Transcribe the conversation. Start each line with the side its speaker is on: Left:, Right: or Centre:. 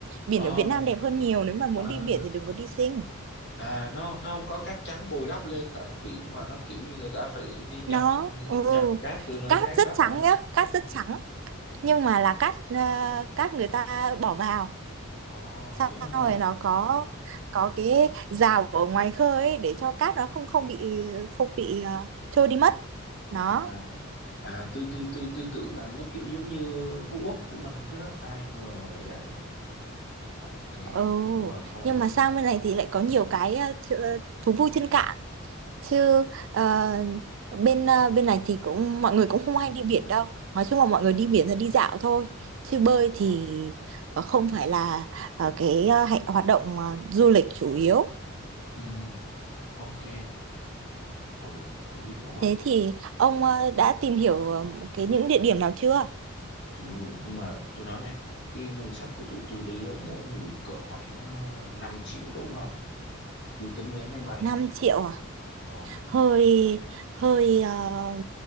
Right: biển
Left: ờ
Right: ở Việt Nam đẹp hơn nhiều nếu mà muốn
Left: à,
Right: đi biển thì đừng có đi Sing
Left: à nó nó không có cát trắng bồi đắp lên tạo thành biển mà nó kiểu như người ta phải đi nhập
Right: nó ừ
Left: nhập cát từ nơi
Right: cát
Left: khác
Right: rất
Left: đắp
Right: trắng
Left: hả
Right: nhá cát rất trắng nhưng mà là cát ờ, cát người ta bỏ vào
Left: ờ
Right: xong
Left: vậy hả
Right: rồi nó có có cái rào ở ngoài khơi ấy để cho cát nó không không bị không bị ờ, trôi đi mất nó
Left: à à tôi tôi tôi tôi tưởng là nó kiểu giống như Phú Quốc của mình chứ ai ngờ là vậy ok
Right: ừ
Left: nhưng mà thôi
Right: nhưng mà sang bên này thì lại có nhiều cái ờ, ch- ờ, thú vui trên cạn chứ ờ, bên ờ, bên này thì cũng mọi người cũng không hay đi biển đâu nói chung là mọi người đi biển là đi dạo thôi chứ bơi
Left: ờ
Right: thì ờ, không phải là ờ, cái ờ, hạnh- hoạt động ờ, du lịch chủ yếu
Left: ừ ok ừ tôi biết rồi
Right: Thế thì ông ờ, đã tìm hiểu ờ, cái những địa điểm nào chưa?
Left: chứ nhưng mà tôi nói này cái ngân sách của tụi tôi đi á, mỗi người cỡ khoảng ờ, 5 triệu đủ không chưa tính vé máy bay
Right: năm triệu à?
Left: ờ
Right: Hơi hơi ờ,